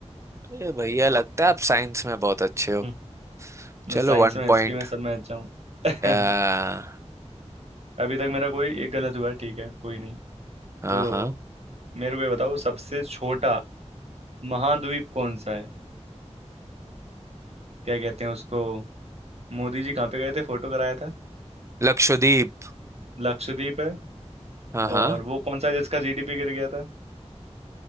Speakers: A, on the right; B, on the right.
A: अरे भैया लगता है आप साइंस में बहुत अच्छे हो
B: हम्म,
A: चलो
B: मैं साइंस
A: वन
B: में हिस्ट्री
A: पॉइंट
B: में सब में अच्छा हूँ <laughs>
A: हाँ
B: अभी तक मेरा कोई एक गलत हुआ है, ठीक है कोई नहीं
A: हाँ
B: तो मेरे को ये बताओ सबसे छोटा महाद्वीप कौन सा है आ, क्या कहते हैं उसको मोदी जी कहाँ पे गए थे फोटो कराया था
A: लक्षद्वीप
B: लक्षद्वीप है
A: हाँ हाँ
B: और वो कौन सा है जिसका जीडीपी गिर गया था